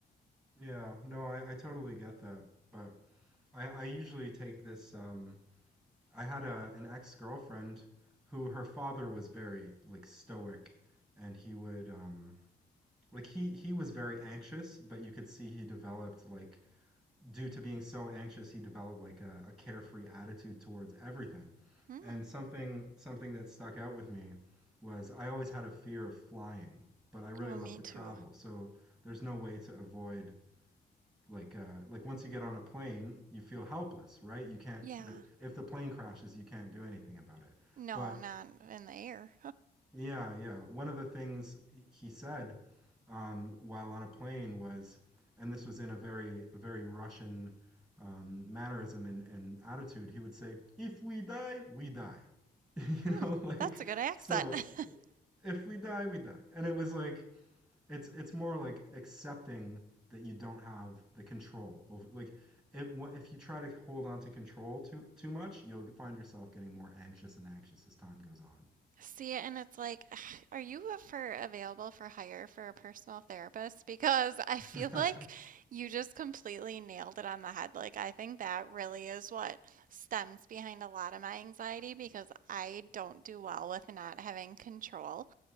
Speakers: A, in the centre; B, on the right.
A: Yeah, no, I, I totally get that. But I, I usually take this um I had a an ex-girlfriend who her father was very like stoic and he would um like he he was very anxious, but you could see he developed like due to being so anxious, he developed like a, a carefree attitude towards everything.
B: Mm.
A: And something something that stuck out with me was I always had a fear of flying, but I really
B: Oh,
A: love
B: me
A: to
B: too.
A: travel. So there's no way to avoid like uh, like once you get on a plane, you feel helpless, right? You can't
B: Yeah.
A: the, if the plane crashes, you can't do anything about it.
B: No,
A: But
B: not in the air.
A: yeah, yeah. One of the things he said um, while on a plane was, and this was in a very very Russian um, mannerism and, and attitude. He would say, "If we die, we die," <laughs> you
B: Mm,
A: know, like
B: that's a good accent.
A: so.
B: <laughs>
A: If we die, we die, and it was like it's it's more like accepting that you don't have the control over like it, if you try to hold on to control too too much, you'll find yourself getting more anxious and anxious as time goes on.
B: See, and it's like, <sighs> are you for available for hire for a personal therapist? Because I feel
A: <laughs>
B: like you just completely nailed it on the head. Like, I think that really is what stems behind a lot of my anxiety because I don't do well with not having control.